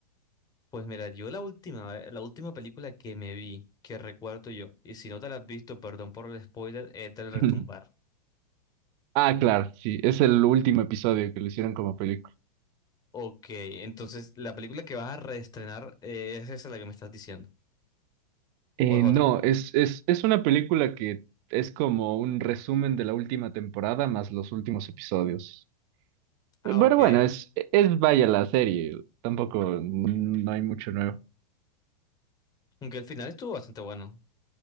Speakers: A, on the left; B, on the right.
A: Pues mira, yo la última, ve- la última película que me vi, que recuerdo yo, y si no te la has visto, perdón por el spoiler, es del Retumbar.
B: <laughs> Ah, claro, sí, es el último episodio que lo hicieron como película.
A: Ok, entonces la película que vas a reestrenar eh, es esa la que me estás diciendo,
B: Eh,
A: o es otra.
B: no, es, es, es una película que es como un resumen de la última temporada más los últimos episodios.
A: Ah,
B: Pero
A: ok.
B: bueno, es, es vaya la serie, tampoco mm, no hay mucho nuevo.
A: Aunque el final estuvo bastante bueno.